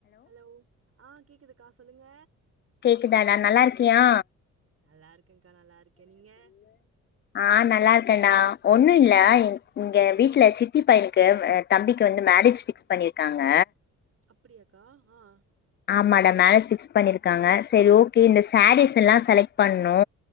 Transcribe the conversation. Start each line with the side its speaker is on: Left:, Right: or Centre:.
Right: Hello ஆ‌ கேக்குதுக்கா சொல்லுங்க
Left: கேக்குதாடா நல்லா இருக்கியா
Right: நல்லா இருக்கேன்க்கா, நல்லா இருக்கேன். நீங்க?
Left: ஆ‌ நல்லா இருக்கேன்டா ஒண்ணு இல் லடா இங்க வீட்ல சித்தி பையனுக்கு தம்பிக்கு வந்து மேரேஜ் பிக்ஸ் பண்ணிருக்காங்க
Right: அப்டியாக்கா ஆ
Left: ஆமாடா மேரேஜ் பிக்ஸ் பண்ணிருக்காங்க செரி ஓகே இந்த சாரீஸ் எல்லா செலக்ட் பண்ணு